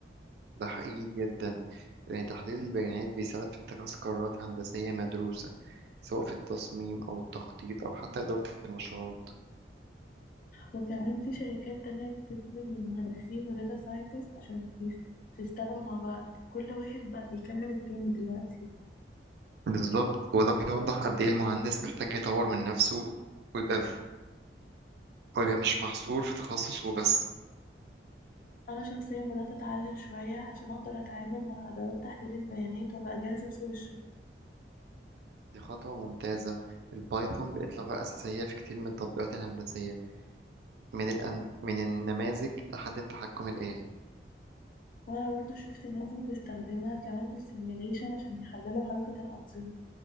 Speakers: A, on the right; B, on the left.
A: ده حقيقي جدا لأن تحليل البيانات بيساعد في اتخاذ قرارات هندسية مدروسة سواء في التصميم أو التخطيط أو حتى إدارة المشروعات
B: وكمان في شركات تانية بتدمج من مهندسين وداتا ساينتست عشان يس- يشتغلوا مع بعض كل واحد بقى بيكمل التاني دلوقتي
A: بالظبط وده بيوضح قد إيه المهندس محتاج يطور من نفسه ويبقى في... ويبقى مش محصور في تخصصه بس
B: انا شخصيا بدات اتعلم شويه عشان اقدر اتعامل مع ادوات تحليل البيانات وابقى جاهزه لسوق الشغل
A: دي خطوة ممتازة البايثون بقت لغة أساسية في كتير من التطبيقات الهندسية من الأن... من النماذج لحد التحكم الآلي
B: وانا برضو شفت ناس بتستخدمها كمان في السيميوليشن عشان يحللوا حركه الانظمه